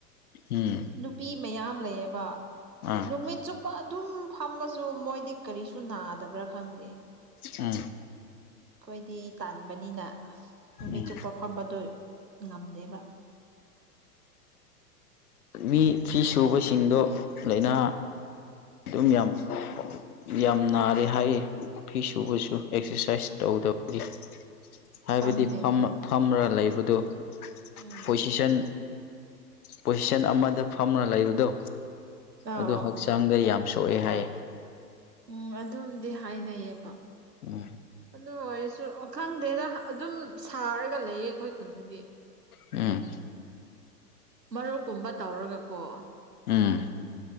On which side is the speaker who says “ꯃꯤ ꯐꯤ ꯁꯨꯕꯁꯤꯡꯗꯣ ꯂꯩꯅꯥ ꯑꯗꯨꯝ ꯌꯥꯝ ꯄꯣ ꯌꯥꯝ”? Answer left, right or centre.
Left